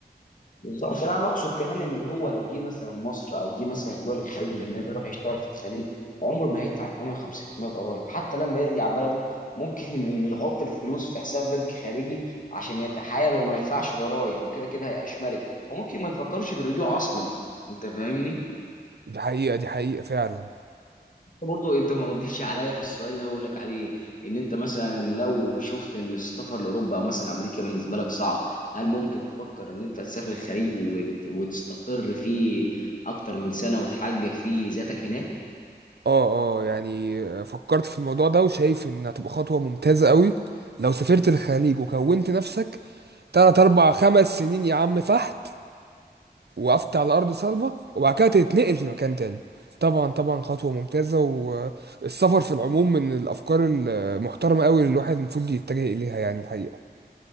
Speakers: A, on the left; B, on the right.
A: بالظبط لا انا اقصد كمان ان هو لو جه مثلا مصر او جه مثلا دول الخليج لان هو بيروح يشتغل في الخليج عمره ما هيدفع 58% ضرائب حتى لما يرجع بلده ممكن <laughs> يحط الفلوس في حساب بنك خارجي عشان يتحايل وما يدفعش ضرائب وكده كده هيعيش ملك وممكن ما يفكرش في الرجوع اصلا انت فاهمني
B: دي حقيقة دي حقيقة فعلا
A: برضه انت ما ردتش عليا في السؤال اللي انا بقول لك عليه ان انت مثلا لو شفت ان السفر لاوروبا او مثلا امريكا بالنسبه لك صعب هل ممكن تفكر ان انت تسافر الخليج وت- وتستقر فيه اكتر من سنه وتحقق فيه ذاتك هناك
B: اه اه يعني فكرت في الموضوع ده وشايف ان هتبقى خطوة ممتازة قوي لو سافرت الخليج وكونت نفسك تلات اربع خمس سنين يا عم فحت وقفت على ارض صلبه وبعد كده تتنقل لمكان تاني طبعا طبعا خطوه ممتازه والسفر في العموم من الافكار المحترمه قوي اللي الواحد المفروض يتجه اليها يعني الحقيقه